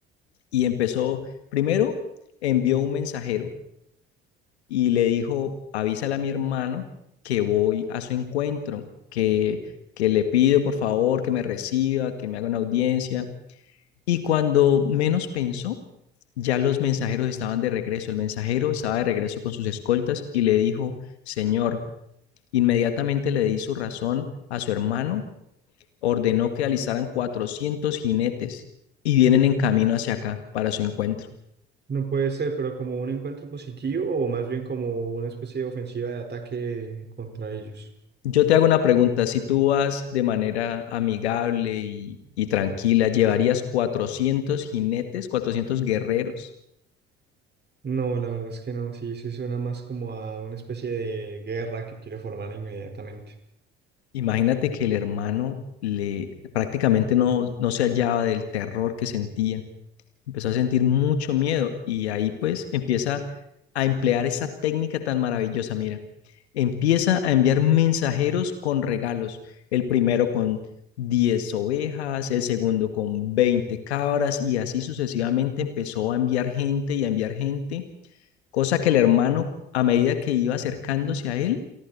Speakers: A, on the left; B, on the right.
A: Y empezó, primero envió un mensajero y le dijo, avísale a mi hermano que voy a su encuentro, que, que le pido por favor que me reciba, que me haga una audiencia. Y cuando menos pensó, ya los mensajeros estaban de regreso. El mensajero estaba de regreso con sus escoltas y le dijo, Señor, Inmediatamente le di su razón a su hermano, ordenó que alistaran 400 jinetes y vienen en camino hacia acá para su encuentro.
B: No puede ser, pero como un encuentro positivo o más bien como una especie de ofensiva de ataque contra ellos.
A: Yo te hago una pregunta, si tú vas de manera amigable y, y tranquila, ¿llevarías 400 jinetes, 400 guerreros?
B: No, la verdad es que no, sí, sí suena más como a una especie de guerra que quiere formar inmediatamente.
A: Imagínate que el hermano le prácticamente no, no se hallaba del terror que sentía Empezó a sentir mucho miedo y ahí pues empieza a emplear esa técnica tan maravillosa, mira. Empieza a enviar mensajeros con regalos, el primero con 10 ovejas, el segundo con veinte cabras y así sucesivamente empezó a enviar gente y a enviar gente, cosa que el hermano a medida que iba acercándose a él,